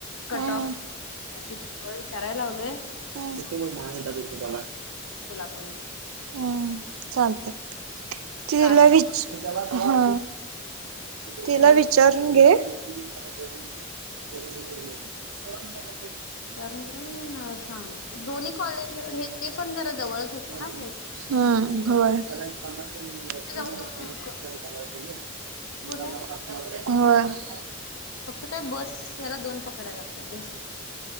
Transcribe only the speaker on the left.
कट
ऑफ चराय लावलंय
गलाप
कास्ट
सगळं
विचारून सांग दोन्ही कॉलेज हे ते पण जरा जवळच होते.
ना आपल्याला
जाऊन येऊन
पुरे फक्त काय बस याला दोन पकडाया लागत जस